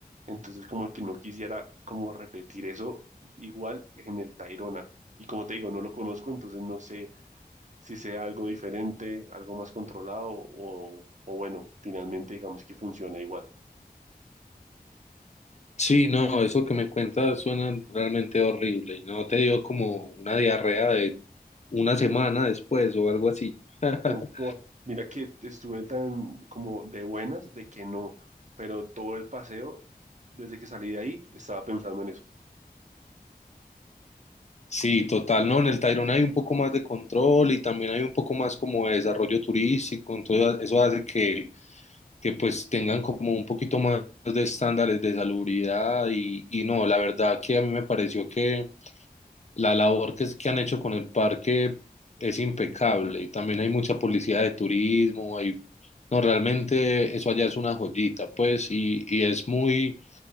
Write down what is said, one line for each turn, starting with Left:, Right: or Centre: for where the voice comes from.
Right: entonces como que no quisiera como repetir eso igual en el Tayrona. Y como te digo, no lo conozco, entonces no sé si sea algo diferente, algo más controlado o, o bueno, finalmente digamos que funciona igual.
Left: Sí, no, eso que me cuentas suena realmente horrible. ¿No te dio como una diarrea de una semana después o algo así? <laughs>
Right: Pu- pu- Mira que estuve tan como de buenas de que no, pero todo el paseo, desde que salí de ahí, estaba pensando en eso.
Left: Sí, total, no, en el Tayrona hay un poco más de control y también hay un poco más como de desarrollo turístico, entonces eso hace que, que pues tengan como un poquito más de estándares de salubridad y, y no, la verdad que a mí me pareció que La labor que, es- que han hecho con el parque es impecable y también hay mucha policía de turismo, hay... No, realmente eso allá es una joyita, pues, y, y es muy,